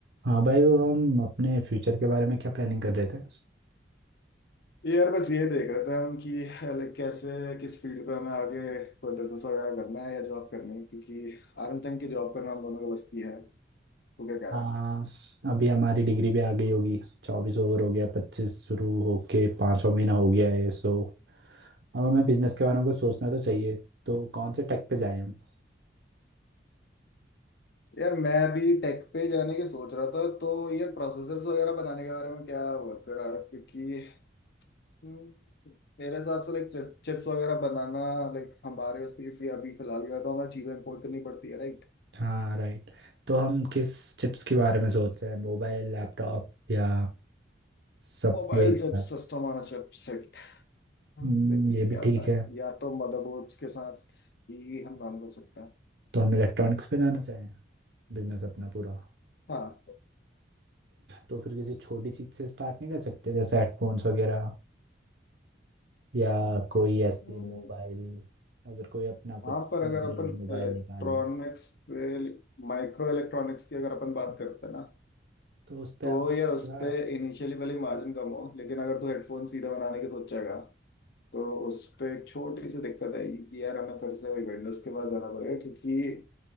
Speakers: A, on the right (about 65°); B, on the left (about 60°).
A: हाँ भाई वो हम अपने फ्यूचर के बारे में क्या प्लानिंग कर रहे थे
B: यार बस ये देख रहे थे हम कि like, कैसे किस फील्ड पे हमें आगे कोई बिजनेस वगैरह करना है या जॉब करनी है क्योंकि आरएम तक की जॉब करना हम दोनों के बस की है तू क्या कह रहा
A: हाँ
B: है
A: अभी हमारी डिग्री भी आ गई होगी चौबीस ओवर हो गया पच्चीस शुरू होके पाँचवा महीना हो गया है सो अब हमें बिजनेस के बारे में कुछ सोचना तो चाहिए तो कौन से टेक पे जाएं हम
B: यार मैं भी टेक पे जाने की सोच रहा था तो यार प्रोसेसर्स वगैरह बनाने के बारे में क्या हुआ तेरा क्योंकि हम्म, मेरे हिसाब से लाइक चिप्स वगैरह बनाना लाइक हमारे उस पर क्योंकि अभी फिलहाल क्या है, तो हमें चीज़ें इम्पोर्ट करनी पड़ती है right
A: हाँ राइट तो हम किस चिप्स के बारे में सोच रहे हैं मोबाइल लैपटॉप या सबके
B: Mobile
A: एक
B: chips
A: साथ
B: system on chips हाँ,
A: हम्म,
B: लेट्स सी
A: ये भी
B: क्या होता
A: ठीक है
B: है या तो मदरबोर्ड्स के साथ ही हम काम कर सकते हैं
A: तो हम इलेक्ट्रॉनिक्स पे जाना चाहें बिजनेस अपना पूरा
B: हाँ
A: तो फिर किसी छोटी चीज से स्टार्ट नहीं कर सकते जैसे हेडफोन्स वगैरह या कोई ऐसे
B: हम्म,
A: मोबाइल अगर कोई अपना
B: हाँ
A: कुछ
B: पर अगर
A: मिड रेंज
B: अपन
A: मोबाइल
B: इलेक्ट्रॉनिक्स
A: निकाल ले
B: पे माइक्रो इलेक्ट्रॉनिक्स की अगर अपन बात करते हैं ना
A: तो उस पर
B: तो
A: हम थोड़ा
B: यार उस पे इनिशियली भले मार्जिन कम हो लेकिन अगर तू हेडफोन सीधा बनाने की सोचेगा तो उस पे एक छोटी सी दिक्कत आएगी कि यार हमें फिर से वही वेंडर्स के पास जाना पड़ेगा क्योंकि